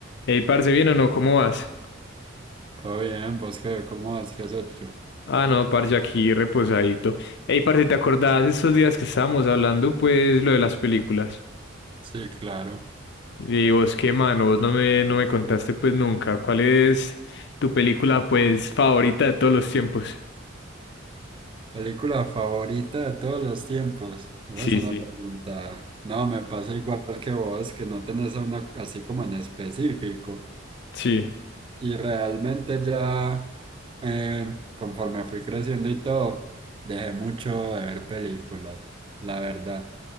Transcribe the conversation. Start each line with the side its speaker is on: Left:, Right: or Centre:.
Left: Ey, parce, ¿bien o no? ¿Cómo vas?
Right: Todo bien, vos qué, ¿cómo vas? ¿Qué has hecho?
Left: Ah, no, parce, aquí reposadito. Ey, parce, ¿te acordás de esos días que estábamos hablando, pues, lo de las películas?
Right: Sí, claro.
Left: Y vos, qué mano, vos no me, no me contaste, pues, nunca. ¿Cuál es tu película, pues, favorita de todos los tiempos?
Right: ¿Película favorita de todos los tiempos? Esa
Left: Sí,
Right: es una
Left: sí.
Right: pregunta. No, me pasa igual que vos, que no tenés a una así como en específico.
Left: Sí.
Right: Y realmente ya, eh, conforme fui creciendo y todo, dejé mucho de ver películas, la verdad.